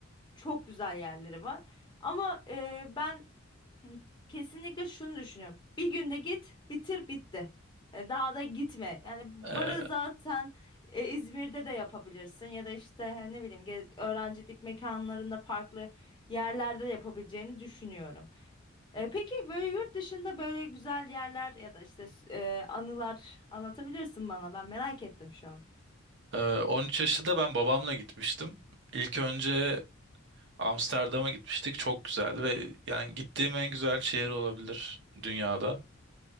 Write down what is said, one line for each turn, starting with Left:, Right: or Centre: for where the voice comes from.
Left: Çok güzel yerleri var. Ama e, ben Hı, Kesinlikle şunu düşünüyorum. Bir günde git, bitir, bitti. E, Daha da gitme. Yani barı
Right: Ee,
Left: zaten e, İzmir'de de yapabilirsin ya da işte e, ne bileyim gez- öğrencilik mekanlarında farklı yerlerde de yapabileceğini düşünüyorum. E, peki böyle yurt dışında böyle güzel yerler ya da işte e, anılar anlatabilirsin bana. Ben merak ettim şu an.
Right: e, 13 yaşında ben babamla gitmiştim. İlk önce Amsterdam'a gitmiştik. Çok güzeldi ve yani gittiğim en güzel şehir olabilir dünyada.